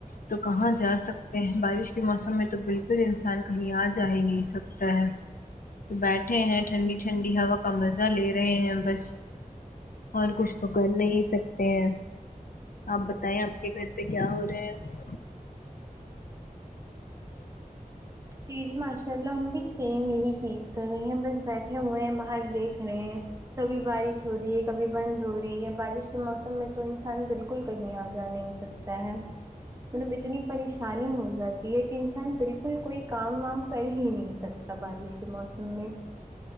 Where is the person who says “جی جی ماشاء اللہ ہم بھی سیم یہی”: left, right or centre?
Right